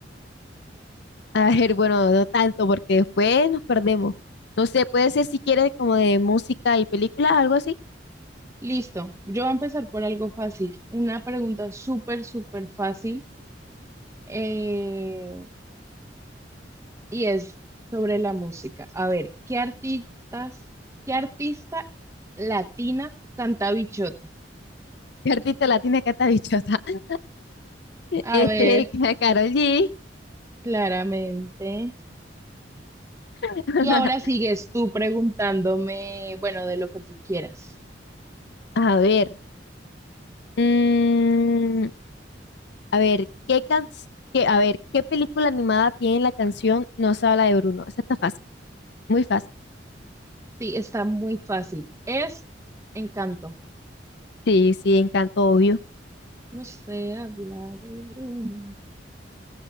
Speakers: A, on the left (about 65°); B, on the right (about 15°).
A: <laughs> A ver, bueno, no tanto porque después nos perdemos. No sé, puede ser si quieres como de música y película, algo así.
B: Listo. Yo voy a empezar por algo fácil. Una pregunta súper, súper fácil. Eh, y es sobre la música. A ver, ¿qué artistas, qué artista latina canta Bichota?
A: Cartita latina que está dichosa. <laughs>
B: A
A: Este,
B: ver,
A: Carol G.
B: claramente.
A: <laughs>
B: Y ahora sigues tú preguntándome, bueno, de lo que tú quieras.
A: A ver. mm, a ver, ¿qué can- qué- a ver, ¿qué película animada tiene la canción No se habla de Bruno? Esa está fácil, muy fácil.
B: Sí, está muy fácil. Es Encanto.
A: Sí, sí, Encanto, obvio.
B: No se habla de Bruno.